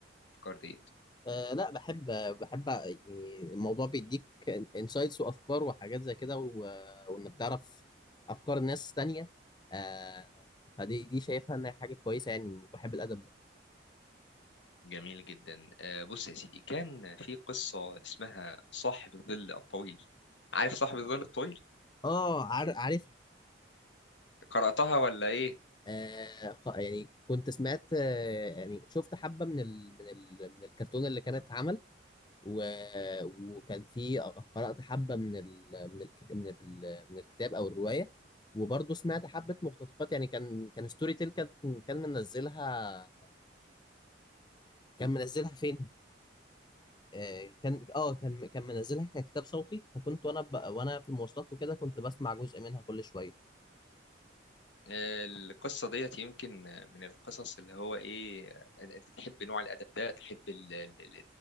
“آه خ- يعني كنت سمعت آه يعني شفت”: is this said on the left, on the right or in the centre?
Left